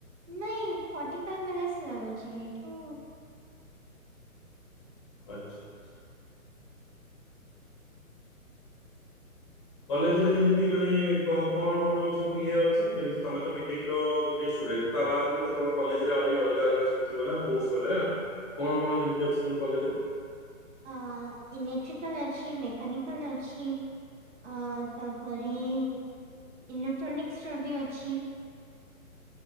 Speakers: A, on the right; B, on the left.
A: ନାଇଁ ଫର୍ଟି ଫାଇ ମିନିଟ୍ ଲାଗୁଛି, ଏଇଠୁ
B: ଆଛା ଆଛା। କଲେଜରେ ଯେମିତି ମାନେ କଣ କଣ ସବୁ ଇଏ ଅଛି, ଯେମିତି ତମେ ତ ବିଟେକ ର ଗୋଟେ ତା ବାଦ ବି ତମ କଲେଜରେ ଅଲଗା ଅଲଗା ସବୁ ଥିବ ନା କୋର୍ସ ବଗେରା କଣ କଣ କେମିତି ଅଛି ତମ କଲେଜରେ?
A: ଆଁ ଇଲେକ୍ଟ୍ରିକାଲ୍ ଅଛି, ମେକାନିକାଲ୍ ଅଛି, ଆଁ ତ ତାପରେ ଇଲେକ୍ଟ୍ରୋନିକ୍ସର ବି ଅଛି।